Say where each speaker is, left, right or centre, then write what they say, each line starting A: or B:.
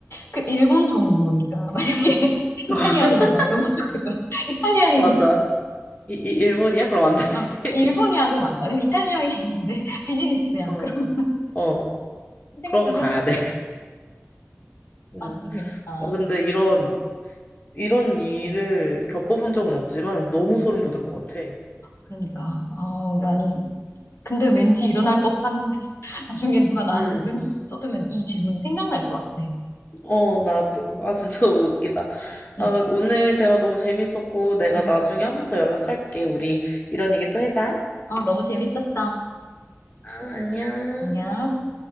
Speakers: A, on the left (about 55°); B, on the left (about 35°).
A: 그 일본 정도니까 <laughs> 만약에 이탈리아인이다
B: <laughs>
A: 이런 것도 그거야. <laughs> 이탈리아인이다.
B: 맞아. 이, 이 일본이야? 그럼 안 돼. <laughs>
A: 어, 일본이야 그럼 안 가. 근데 이탈리아인인데 <laughs> 비즈니스야.
B: 어,
A: 그럼
B: 어.
A: <laughs> 생각
B: 그럼
A: 좀
B: 가야
A: 해봐.
B: 돼. <laughs> 음.
A: 아, 너무 재밌다.
B: 어, 근데 이런 이런 일을 겪어본 적은
A: 응,
B: 없지만 너무
A: 응.
B: 소름 돋을 것 같아.
A: 그러니까. 아, 아니. 근데 왠지 일어날 법한 <laughs> 나중에 누가 나한테
B: 음.
A: 오렌지 주스 쏟으면 이 질문이 생각날 것 같아.
B: 어, 나도. 아, 진짜 너무 웃기다.
A: 응,
B: 아, 오늘 대화 너무 재밌었고, 내가
A: 응.
B: 나중에 한 번 더 연락할게. 우리 이런 얘기 또 하자.
A: 어, 너무 재밌었어.
B: 아, 안녕.
A: 안녕.